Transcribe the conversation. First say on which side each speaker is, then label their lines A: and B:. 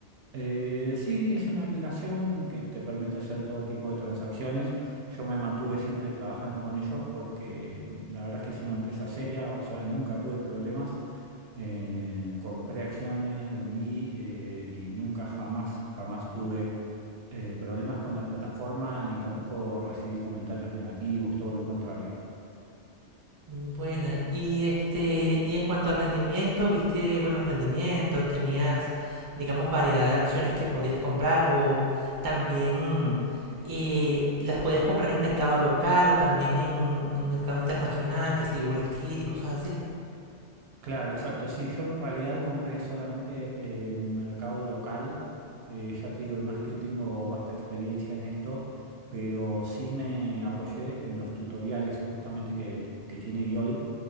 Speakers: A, on the right (about 65°); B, on the right (about 30°).
A: Eh, sí, es una aplicación que te permite hacer todo tipo de transacciones. Yo me mantuve siempre trabajando con ellos porque la verdad es que es una empresa seria, o sea, nunca tuve problemas. Eh, compré acciones, vendí eh, y nunca jamás, jamás tuve eh, problemas con la plataforma ni tampoco recibí comentarios negativos, todo lo contrario.
B: Buena. Y este, y en cuanto a rendimiento, ¿viste buenos rendimientos? ¿Tenías, digamos, variedad de acciones que podías comprar o también eh, las podías comprar en mercado local o también en, en mercado internacional, que sí, Wall Street y cosas así?
A: Claro, exacto. Sí, yo en realidad compré solamente en mercado local. Eh, ya te digo, no es que tengo vasta experiencia en esto, pero sí me apoyé en los tutoriales justamente que, que tiene IOL.